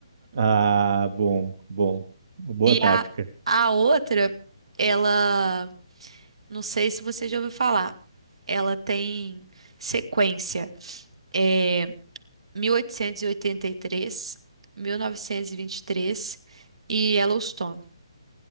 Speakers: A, on the right; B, on the right.
A: Ah, bom, bom. Boa
B: E
A: tática.
B: a, a outra, ela, não sei se você já ouviu falar, ela tem sequência. É, 1883, 1923 e oitenta e três, mil novecentos e vinte e três e Yellowstone.